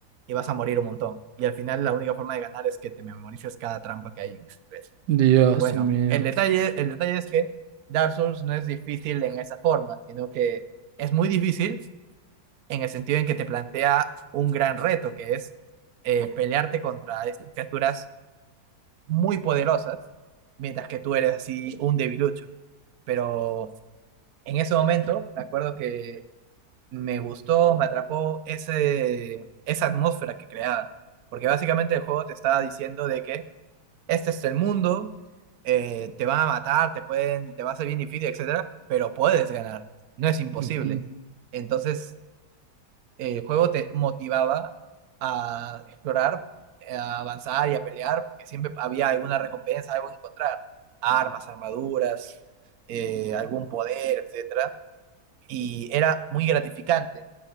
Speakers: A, on the right; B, on the right.
A: y vas a morir un montón. Y al final la única forma de ganar es que te memorices cada trampa que hay en el nivel.
B: Dios
A: Bueno,
B: mío.
A: el detalle, el detalle es que Dark Souls no es difícil en esa forma, sino que es muy difícil en el sentido en que te plantea un gran reto, que es eh, pelearte contra estas criaturas muy poderosas, mientras que tú eres así un debilucho. Pero en ese momento, me acuerdo que me gustó, me atrapó ese, esa atmósfera que creaba, porque básicamente el juego te estaba diciendo de que este es el mundo, eh, te van a matar, te pueden, te va a ser bien difícil, etcétera, pero puedes ganar, no es imposible.
B: Ujú.
A: Entonces, eh, el juego te motivaba a explorar, eh, a avanzar y a pelear, porque siempre había alguna recompensa, algo que encontrar, armas, armaduras, eh, algún poder, etcétera y era muy gratificante.